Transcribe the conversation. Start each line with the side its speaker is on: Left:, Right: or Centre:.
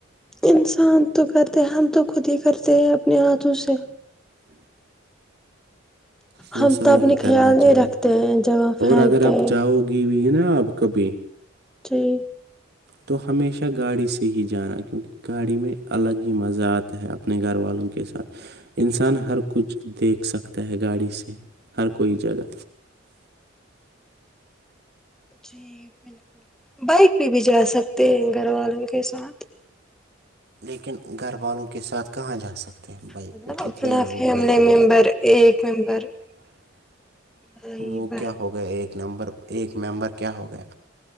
Centre: انسان تو کرتے ہم تو خود ہی کرتے ہیں اپنے ہاتھوں سے
Right: وہ
Centre: ہم
Right: سب
Centre: تو اپنے
Right: نہیں کرنا
Centre: خیال نہیں
Right: چاہیے
Centre: رکھتے ہیں جب ہم
Right: اور
Centre: پھینکتے
Right: اگر آپ
Centre: ہیں
Right: جاؤ ئے ویہ <unintelligible> نا آپ کبھی
Centre: جی
Right: تو ہمیشہ گاڑی سے ہی جانا کیونکہ گاڑی میں الگ ہی مزہ آتا ہے اپنے گھر والوں کے ساتھ انسان ہر کچھ دیکھ سکتا ہے گاڑی سے ہر کوئی جگہ
Centre: جی بالکل بائک پہ بھی جا
Right: پہ
Centre: سکتے
Right: بھی جا
Centre: ہیں گھر والوں کے ساتھ
Right: لیکن گھر والوں کے ساتھ کہاں جا سکتے ہیں بائک
Centre: مطلب
Right: پہ کتنے
Centre: اپنا
Right: لوگ
Centre: فیملی
Right: بیٹھیں
Centre: ممبر
Right: گے ممبر
Centre: ایک ممبر
Right: ممبر
Centre: بھائی
Right: وہ
Centre: بہن
Right: کیا ہو گیا ایک نمبر ایک ممبر کیا ہو گیا